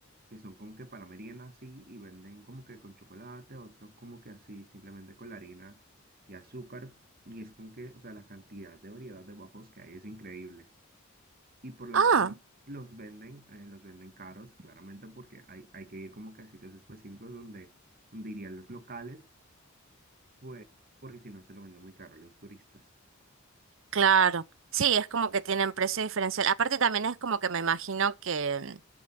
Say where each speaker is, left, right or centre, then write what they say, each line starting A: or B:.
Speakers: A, on the right (about 45°); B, on the right (about 65°).
A: que son como que para merienda así, y venden como que con chocolate, otros como que así, simplemente con la harina y azúcar. Y es como que, o sea, la cantidad de variedad de waffles que hay es increíble. Y por las
B: Ah.
A: calles los venden, eh, los venden caros, claramente, porque hay, hay que ir como que a sitios específicos donde, donde irían los locales pues, porque si no se lo venden muy caro a los turistas.
B: Claro, sí, es como que tienen precio diferencial. Aparte también es como que me imagino que